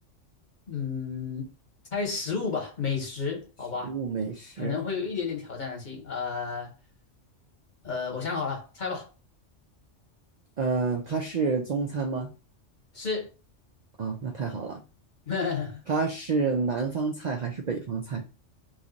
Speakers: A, on the left; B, on the right.
A: 嗯，猜食物吧，美食，
B: 食物美食，
A: 好吧，可能会有一点点挑战性。呃呃，我想好了，猜吧，
B: 嗯，它是中餐吗？
A: 是，
B: 啊，那太好了。
A: <laughs>
B: 它是南方菜还是北方菜？